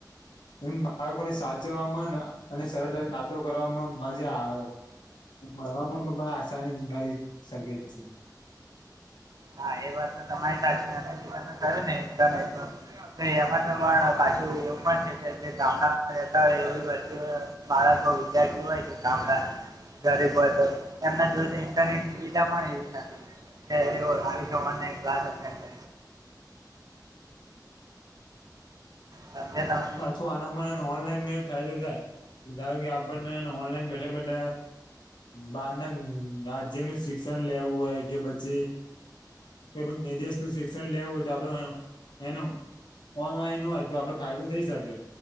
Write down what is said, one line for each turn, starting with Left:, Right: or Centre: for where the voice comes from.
Left: એમ બાળકો ને સાચવવામાં ને અને સરળતાથી નાતો કરવામાં મજા આવે મળવામાંને આસાની મળી શકે છે
Right: હા એ વાત તો તમારી સાચી અને જે તમે કરો ને ઇરનેટ એમાં તો પણ પાછું એવું પણ છે કે જે ગામડામાં બેતા હોય એવી વસ્તીુ માળ તો વિદ્યાર્થી હોય છે ગામડાના ગરીબ હોય તો એમના જોડે તો ઇન્ટરનેટ સુવિધા પણ એવી નથી એ આવી સવાના અત સાજે તમે
Left: શું આનામાંને ઓનલાઈનમાં ફાયદો થાય ધારો કે આપણને ઓનલાઈન બેઠા બેઠા. બાર ના રાજ્ય ન શિક્ષણ લેવું હોય કે પછી. તો નિદેશ નું શિક્ષણ લેવું હોય તો આપડે એનું ઓનલાઈન હોય તો આપડે ફાયદો થઈ શકે